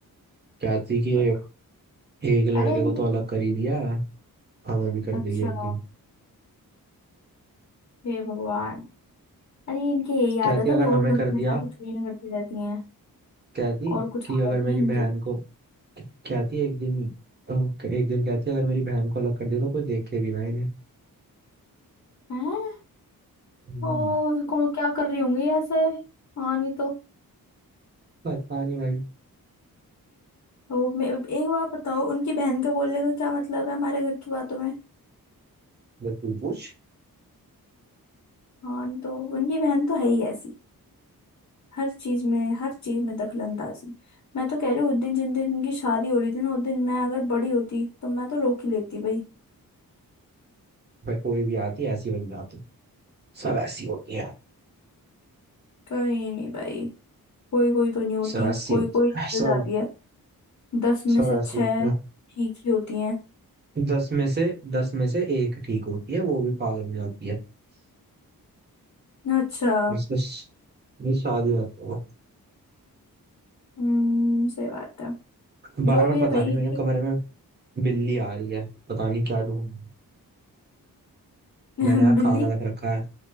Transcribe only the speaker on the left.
बताओ
अरे इनके
अच्छा
हे भगवान अरे इनके यही
आदत
है लोग
घर
में जाके चोरियां करती रहती हैं
और कुछ
आदत
नहीं इनकी
हैं
ओ को क्या कर रही होंगी ऐसे हाँ नहीं तो
ओ, मे- एक बार बताओ उनकी बहन के बोलने का क्या मतलब है हमारे घर की बातों में
हाँ नहीं तो उनकी बहन तो है ही ऐसी हर चीज में हर चीज में दखलंदाजी मैं तो कह रही हूँ उस दिन जिन दिन इनकी शादी हो रही थी ना उस दिन मैं अगर बड़ी होती तो मैं तो रोक ही लेती भाई
कहीं नहीं भाई कोई कोई तो नहीं होती
कोई
कोई निकल
जाती है दस में
से
छह
ठीक ही होती हैं
अच्छा
हम्म सही बात है
जो
भी है
भाई
इनके-
<laughs>
बिल्ली